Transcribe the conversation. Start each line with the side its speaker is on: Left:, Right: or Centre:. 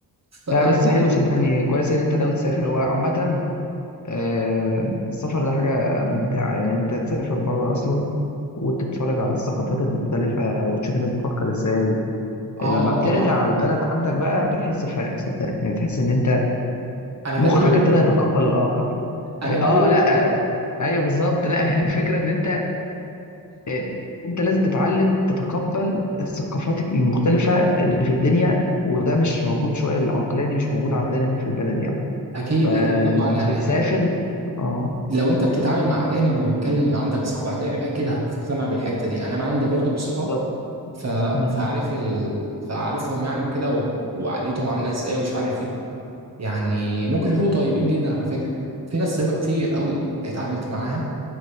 Right: فانت
Left: لا بس حلو صدقني كويس ان انت ناوي تسافر هو عامة آه، السفر ده حاجة ممتعة يعني أنت تسافر بره أصلا وتتفرج على الثقافات المختلفة وتشوف الناس بتفكر إزاي لما
Right: اه اه
Left: بترجع
Right: طبعا
Left: على البلد عندك بقى بتحس بفرق صدقني يعني بتحس إن أنت
Right: انا
Left: مخك
Right: غريب
Left: ابتدى يتقبل الآخر
Right: انا
Left: آه
Right: غريب
Left: آه، لأ أيوه بالظبط لأ يعني الفكرة إن أنت آه، أنت لازم تتعلم تتقبل الثقافات المختلفة اللي في الدنيا وده مش موجود شوية العقلية دي مش موجودة عندنا هنا في البلد يعني
Right: اكيد
Left: فلما
Right: اكيد طبعا يعني
Left: بتسافر آه
Right: لو انت بتتعامل مع اجانب وبتكلم عندك اصحاب اجانب اكيد هتقتنع بالحتة دي يعني انا عندي برضو اصحاب
Left: بالظبط
Right: ف...
Left: مم.
Right: فعارف ال... فعارفهم يعني وكده و... وعقليتهم عامله ازاي ومش عارف ايه يعني ممكن يكونوا طيبين جدا على فكرة في ناس طيبة كتير قوي اتعاملت معاها